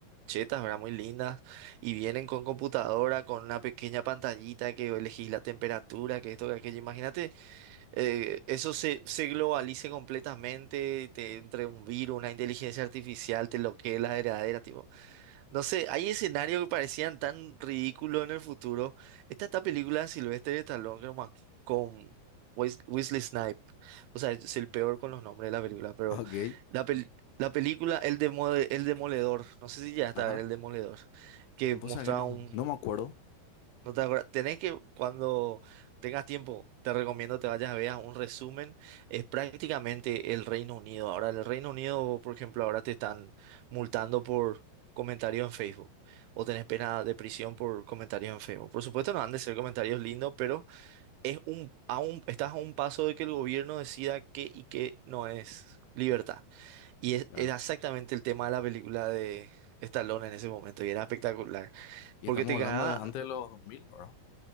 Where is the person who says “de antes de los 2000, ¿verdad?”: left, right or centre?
Left